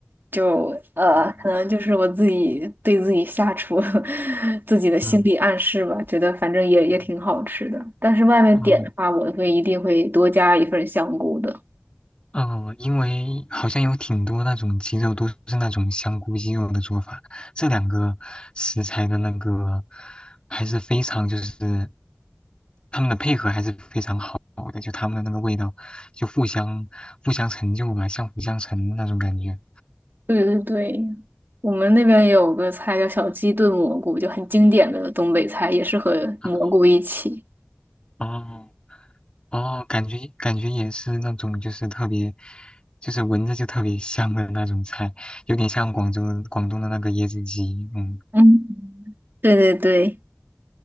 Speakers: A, on the right; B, on the left.
A: 就呃，
B: 嗯，
A: 可能就是我自己对自己下厨 <laughs> 自己的心理暗示吧，
B: 嗯，
A: 觉得反正也也挺好吃的。
B: 嗯
A: 但是外面点的话，
B: 啊，
A: 我会一定会多加一份香菇的。
B: 嗯，呃因为好像有挺多那种鸡肉都是那种香菇鸡肉的做法，这两个食材的那个还是非常就是他们的配合还是非常好的，就他们的那个味道就互相互相成就吧，相辅相成那种感觉。
A: 对对对，我们那边也有个菜叫小鸡炖蘑菇，就很经典的东北菜，也是和蘑菇一起。
B: 啊哦哦，感觉感觉也是那种就是特别就是闻着就特别香的那种菜，有点像广州广东的那个椰子鸡，嗯。
A: 嗯，对对对。